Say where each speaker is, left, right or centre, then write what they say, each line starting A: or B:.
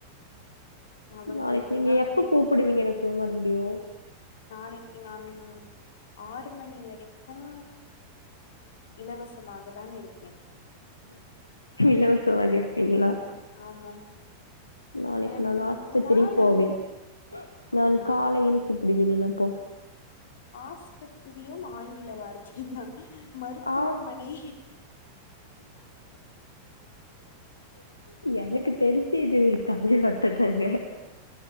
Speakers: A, on the left (about 60°); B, on the left (about 80°).
A: அவர்களுக்கெல்லாம்
B: நாளைக்கு நீங்க எப்ப கூப்பிடுவீங்க எனக்கு மறுபடியும்
A: நாளைக்கு நான் ஆறு மணி வரைக் கும் இலவசமாக தான் இருப்பேன்
B: இலவசமாக இருப்பீங்களா
A: ஆமாம்
B: நாளைக்கு
A: எனக்கு
B: நான் ஆஸ்பத்திரி
A: இதனால்
B: போவேன் நான்
A: ஆஹ்
B: காலையில் அதிக நெனப்போ
A: ஆஸ்பத்திரியும் ஆங்கில வார்த்தை தான் மருத்துவமனை
B: ஆ எனக்கு தெரிஞ்சு இது தமிழ் மட்ட தாங்க